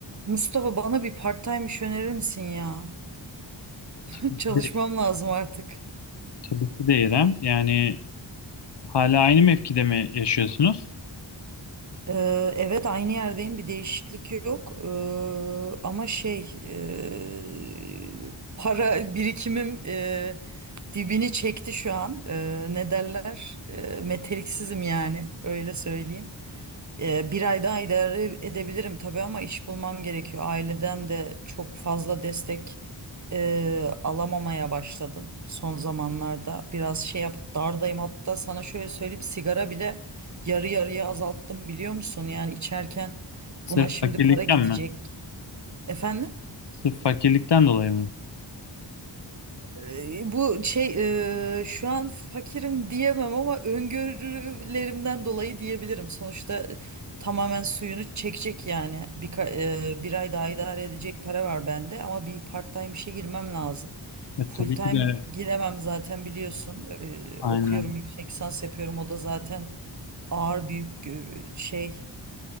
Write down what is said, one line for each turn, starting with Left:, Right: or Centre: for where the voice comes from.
Right: Mustafa bana bir part-time iş önerir misin ya?
Left: Tabii
Right: <laughs> Çalışmam
Left: ki de,
Right: lazım artık.
Left: tabii ki de İrem. Yani hala aynı mevkide mi yaşıyorsunuz?
Right: Ee, evet aynı yerdeyim bir değişiklik yok. Ee, ama şey ee, para <laughs> birikimim ee, dibini çekti şu an. Ee, ne derler? Ee, meteliksizim yani öyle söyleyeyim. Ee, bir ay daha idare edebilirim tabii ama iş bulmam gerekiyor. Aileden de çok fazla destek e, alamamaya başladım son zamanlarda. Biraz şey yap dardayım hatta sana şöyle söyleyeyim sigara bile yarı yarıya azalttım biliyor musun? Yani içerken
Left: Sırf
Right: buna şimdi
Left: fakirlikten
Right: para gidecek.
Left: mi?
Right: Efendim?
Left: Sırf fakirlikten dolayı mı?
Right: Ee, Bu şey eee, şu an fakirim diyemem ama öngörülerimden dolayı diyebilirim. Sonuçta e, tamamen suyunu çekecek yani. Bir, bir ay daha idare edecek para var bende ama bir part-time işe girmem lazım.
Left: E,
Right: Full
Left: tabii
Right: time
Left: ki de
Right: giremem zaten biliyorsun. Ee,
Left: aynen.
Right: okuyorum yüksek lisans yapıyorum o da zaten ağır büyük e, şey